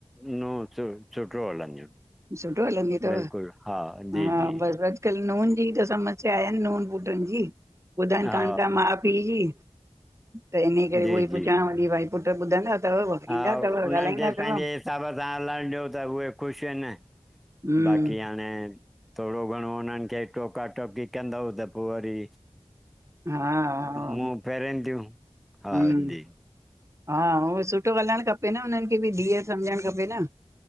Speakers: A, in the centre; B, on the right.
A: नूंहं सु सुठो हलंदियूं
B: सुठो हलंदी अथव
A: बिल्कुलु हा जी
B: हा
A: जी
B: बस अॼकल नूंन जी त समस्या आहे नू पुटन जी ॿुधन
A: हा
B: कान ता माँ पीअ जी। त इन करे
A: जी
B: उह ई
A: जी
B: पुछांव थी भई पुट ॿुधंदा। अथव
A: हा
B: ईंदा अथव ॻाल्हाईंदा
A: उन्हनि खे
B: अथव
A: पंहिंजे हिसाब सां हलाइणु ॾियो त उहे ख़ुश आहिन
B: हम्म
A: बाक़ी हाणे थोरो घणो उन्हन खे टोका टकी कंदव त पोइ वरी
B: हा हा
A: मुंह फेरिन थियूं हा
B: हम्म
A: जी
B: हा हुओ सुठो ॻाल्हाइणु खपे न हुननि खे बि धीअ सम्झणु खपे न।